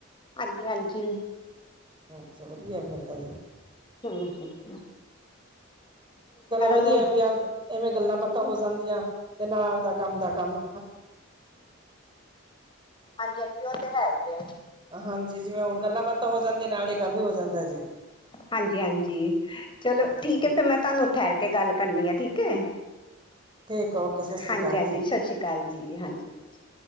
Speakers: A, on the left; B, on the right.
A: ਆਂਜੀ ਹਾਂਜੀ।
B: ਅੱਛਾ ਵਧੀਆ ਫਿਰ ਤਾ ਐ।
A: ਹੂੰ ਹੂੰ ਹੂੰ।
B: ਚਲੋ ਵਧੀਆ
A: ਨੂੰ
B: ਵੀ ਆਵਦ ਐਵੇ ਗੱਲਾਂ ਬਾਤਾ ਹੋ ਜਾਂਦੀਆ ਤੇ ਨਾਲ ਆਵਦਾ ਕੰਮ ਦਾ ਕੰਮ।
A: ਹਾਂਜੀ ਹਾਂਜੀ ਓ ਤੇ ਹੈ ਈ ਐ।
B: ਹਾਂਜੀ ਜਿਵੇ ਹੁਨ ਗੱਲਾ ਬਾਤਾ ਹੋ ਜਾਂਦੀਆ ਨਾਲੇ ਕੰਮ ਹੀ ਹੋ ਜਾਂਦਾ ਜੀ
A: ਹਾਂਜੀ ਹਾਂਜੀ ਚਲੋ
B: ਅੱਛਾ
A: ਠੀਕ ਐ ਫੀਰ ਮੈਂ ਤਾਨੂੰ ਠੇਰ ਕੇ ਕੇ ਗੱਲ ਕਰਨੀ ਆ ਠੀਕ ਏ
B: ਠੀਕ ਆ ਓਕੇ ਸਤਿ ਸ਼੍ਰੀ
A: ਹਾਂਜੀ
B: ਅਕਾਲ
A: ਹਾਂਜੀ
B: ਜੀ
A: ਸਤ ਸ੍ਰੀ ਗੱਲ ਜੀ ਹਾਂਜੀ ਹਾਂਜੀ।